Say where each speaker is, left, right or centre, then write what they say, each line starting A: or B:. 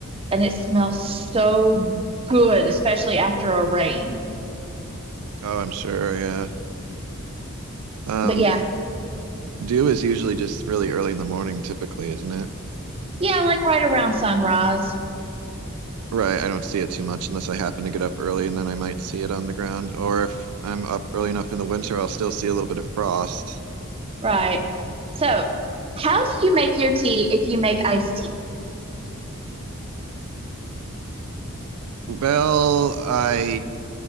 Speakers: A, on the right; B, on the right.
A: And it smells so good, especially after a rain.
B: Oh, I'm sure. Yeah. Um,
A: But yeah,
B: dew is usually just really early in the morning, typically, isn't it?
A: yeah, like right around sunrise.
B: Right. I don't see it too much unless I happen to get up early and then I might see it on the ground. Or if I'm up early enough in the winter, I'll still see a little bit of frost.
A: Right. So, how do you make your tea if you make iced tea?
B: Well, I